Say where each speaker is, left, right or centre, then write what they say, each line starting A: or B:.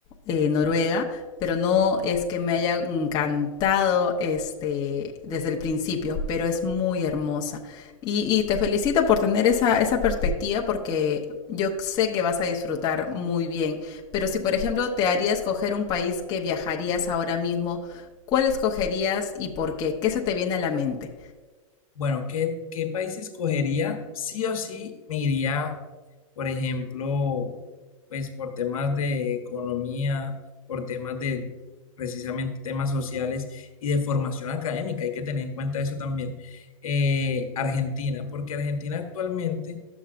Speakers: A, on the left (about 25°); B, on the left (about 80°).
A: eh, Noruega, pero no es que me haya encantado este, desde el principio, pero es muy hermosa. Y, y te felicito por tener esa, esa, perspectiva porque yo sé que vas a disfrutar muy bien, pero si por ejemplo te haría escoger un país que viajarías ahora mismo, ¿cuál escogerías y por qué? ¿Qué se te viene a la mente?
B: Bueno, ¿qué, qué país escogería? Sí o sí me iría, por ejemplo, pues por temas de economía, por temas de precisamente temas sociales y de formación académica. Hay que tener en cuenta eso también. Eh, Argentina, porque Argentina actualmente,